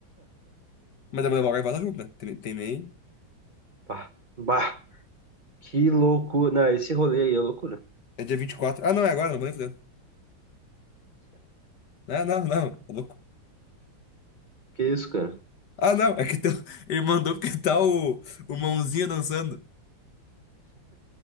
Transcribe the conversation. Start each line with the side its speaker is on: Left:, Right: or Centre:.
Left: Mas eu vou levar o gaivota junto, né? Tem, tem nem.
Right: Bah, bah, que loucura. Não, esse rolê aí é loucura.
Left: É dia vinte e quatro Ah, não, é agora, não vou nem fazer. Ah, não, não, tá louco.
Right: Que isso, cara?
Left: Ah, não, é que teu... <laughs> ele mandou porque tá o, o mãozinha dançando.